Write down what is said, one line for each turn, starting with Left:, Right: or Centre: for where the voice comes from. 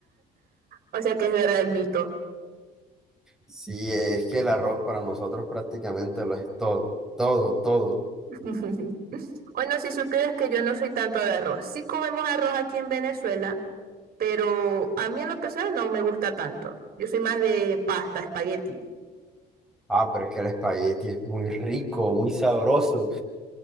Right: O sea que es verdad el mito.
Centre: Si es que el arroz para nosotros prácticamente lo es todo, todo, todo.
Right: <laughs> Bueno, si supieras que yo no soy tanto de arroz. Sí comemos arroz aquí en Venezuela, pero a mí en lo personal no me gusta tanto. Yo soy más de pasta, espagueti,
Centre: Ah, pero es que el espagueti es muy rico, muy sabroso.